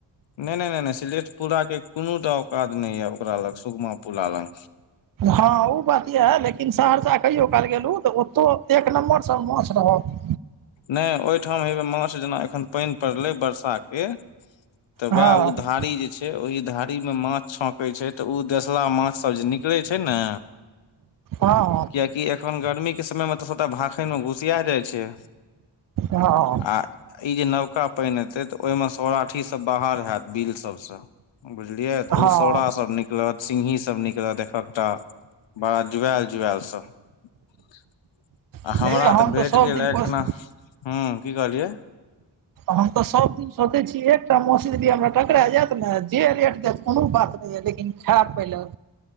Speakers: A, on the left; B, on the right.
A: नहि नहि नहि नहि सिलेठ पुरा के कोनो औकात नहि यऽ ओकरा लग सुगमा पुरा लग
B: हँ ओ बात इएह लेकिन सहरसा कहियो काल गेलहुँ तऽ ओतौ एक नम्बरसँ माछ रहत
A: नहि ओहिठाम हे माछ जेना एखन पाइन पड़लेय बरसा के त उएह
B: हँ
A: उधारि ओहि धारी मे माछ छौकै छै तऽ ओ देसला माछ सब जे निकले छै ने
B: हँ
A: कियकि एखन गर्मी के समय मे तऽ सभटा भाखनि मे घुसिया जाइ छै
B: हँ
A: आ ई जे नवका पानि एते तऽ ओहिमे सौराठी सब बाहर हत बिल सबसँ बुझलियै तऽ
B: हँ
A: ओ सौड़ाभ निकलत सिंघीसभ निकलत एकहकटा बड़ा जुआल जुआल सब आ
B: हे
A: हमरा
B: हम
A: तऽ भेट
B: सभ
A: गेल
B: दिन
A: अखन
B: कोश
A: हू की कहलियै
B: हम तऽ सबदिन सोचै छी एकटा मसीन भी हमरा टकरा जायत ने जे रेट देत कोनो बात लेकिन खराब पहिले